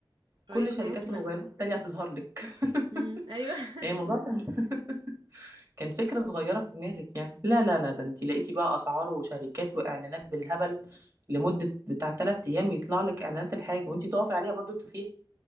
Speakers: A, on the right; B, on the right.
A: كل
B: اه يقنعوكي
A: شركات الموبايلات
B: بقى
A: التانية هتظهر لك
B: امم ايوه
A: <laughs>
B: <laughs>
A: يعني الموضوع كان <laughs> كان فكرة صغيرة في دماغك يعني لا لا لا ده انت لقيتي بقى اسعار وشركات واعلانات بالهبل لمدة بتاع ثلاث ايام يطلع لك اعلانات الحاجة وانت تقفي عليها برضو تشوفيها